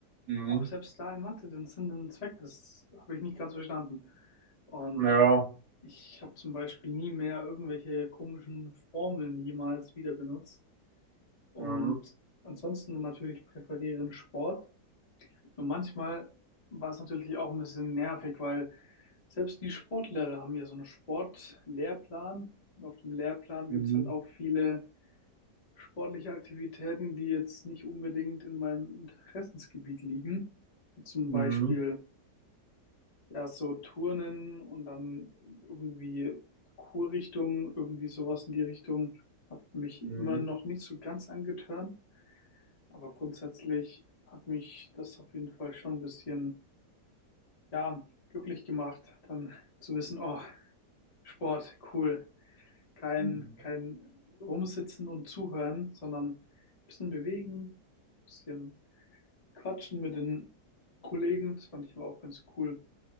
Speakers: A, on the right; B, on the left.
A: Mhm.
B: auch selbst da in Mathe den Sinn und Zweck, das habe ich nicht ganz verstanden. Und
A: Ja.
B: ich habe zum Beispiel nie mehr irgendwelche komischen Formeln jemals wieder benutzt. Und
A: Mhm.
B: ansonsten natürlich präferieren Sport. Nur manchmal war es natürlich auch ein bisschen nervig, weil selbst die Sportlehrer haben ja so einen Sportlehrplan. Und auf dem Lehrplan
A: Mhm.
B: gibt es halt auch viele sportliche Aktivitäten, die jetzt nicht unbedingt in meinem Interessensgebiet liegen. Zum
A: Mhm.
B: Beispiel ja so Turnen und dann irgendwie Kurrichtung, irgendwie sowas in die Richtung, hat mich
A: Mhm.
B: immer noch nicht so ganz angetörnt. Aber grundsätzlich hat mich das auf jeden Fall schon ein bisschen, ja, glücklich gemacht, dann <laughs> zu wissen, oh, Sport, cool. Kein,
A: Mhm.
B: kein Rumsitzen und Zuhören, sondern ein bisschen bewegen ein bisschen Quatschen mit den Kollegen, das fand ich immer auch ganz cool.